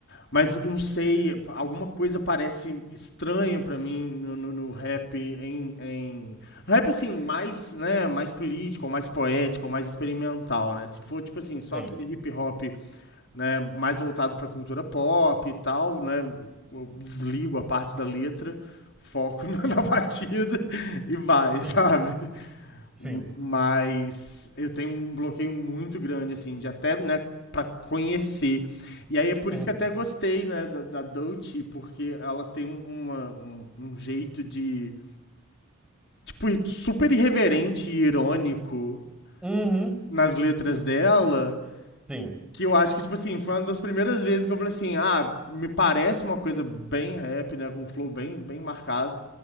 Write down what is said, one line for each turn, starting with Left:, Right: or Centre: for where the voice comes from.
Left: Mas não sei, alguma coisa parece estranha pra mim no, no- no rap em, em- No rap, assim, mais, né, mais político, mais poético, mais experimental, né? Se for, tipo assim, só
Centre: Sim.
Left: aquele hip hop, né, mais voltado pra cultura pop e tal, né? Eu desligo a parte da letra, foco <laughs> na batida e vai,
Centre: Sim,
Left: sabe?
Centre: sim.
Left: Mas eu tenho um bloqueio muito grande, assim, de até, né, pra conhecer. E aí é por
Centre: Uhum.
Left: isso que até gostei, né, da, da Dolce, porque ela tem uma, um, um jeito de, tipo, super irreverente e irônico
Centre: Uhum.
Left: nas letras dela,
Centre: Sim,
Left: que eu acho que, tipo assim, foi uma das primeiras vezes que eu falei assim, ah, me parece uma coisa bem rap, né, com um flow bem, bem marcado,